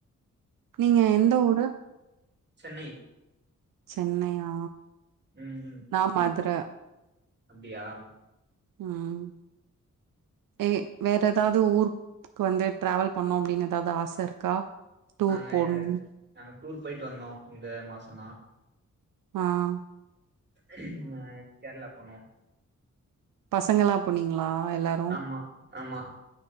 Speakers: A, on the right; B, on the right.
A: நீங்க எந்த ஊரு
B: சென்னை
A: சென்னையா
B: ம் ம்
A: நா மதுர
B: அப்டியா
A: ம் ஏ வேற எதாவது ஊர் க்கு வந்து டிராவல் பண்ணோ அப்டின்னு எதாவது ஆச இருக்கா டூர்
B: நாங்க
A: போணுனு
B: எ நாங்க டூர் போய்ட்டு வந்தோ இந்த மாசந்தா
A: ஆஹ்
B: ஹ்ம் கேரளா போனோ
A: பசங்கல்லா போனீங்களா எல்லார்
B: ஆமா ஆமா